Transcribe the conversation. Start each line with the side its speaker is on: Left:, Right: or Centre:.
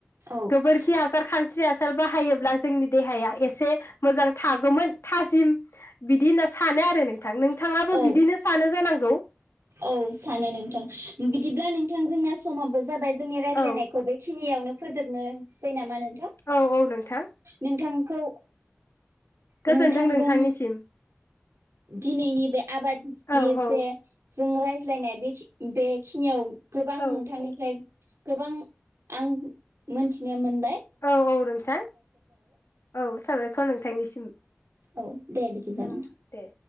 Right: औ
Left: गोबोरखि हासार खानस्रि हासार हासार बाहायोब्ला जोंनि देहाया एसे मोजां थागौमोन थाजिम बिदि होनना सानो आरो नों नोंथां नोंथाङाबो
Right: औ
Left: बिदिनो जानांगौ।
Right: औ सानो नोंथां बिदिब्ला नोंथां जोंना समाबो जाबाय। जोंनि रायज्लायनायखौ
Left: औ
Right: बेखिनि यावनो फोजोबनोसै नामा नों
Left: औ औ नोंथां
Right: नोंथांखौ नोंथांजों
Left: गोजोनथों नोंथांनिसिम
Right: दिनैनि बे आबादनि
Left: औ औ
Right: जे जों रायज्लायनाय बेखि-बेखिनियाव गोबां मोनथानिफ्राय
Left: औ
Right: गोबां आं मिनथिनो मोन
Left: औ औ नोंथां औ साबायखर नोंथांनिसिम।
Right: औ दे बादिब्ला
Left: औ
Right: नों
Left: दे